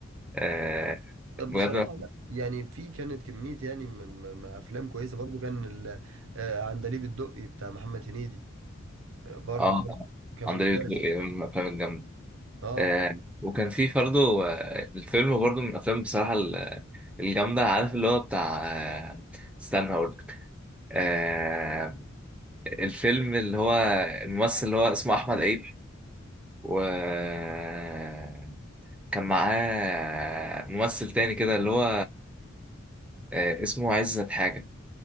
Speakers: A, in the centre; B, on the right (about 65°).
A: آه
B: طب
A: بجد
B: بصراحة لا يعني في كانت كمية يعني م- م- م- أفلام كويسة برضو كان ال- آه، عندليب الدقي بتاع محمد هنيدي آه، برضو
A: اه
B: كان كان ممتاز
A: اندريو الدقي من الافلام الجامده
B: اه
A: آه وكان في برضه آه، الفيلم برضه من الافلام بصراحه ال- الجامده عارف اللي هو بتاع آه استنى هقول لك آه الفيلم اللي هو الممثل اللي هو اسمه احمد عيد وكان معاه ممثل تاني كده اللي هو آه، اسمه عزت حاجة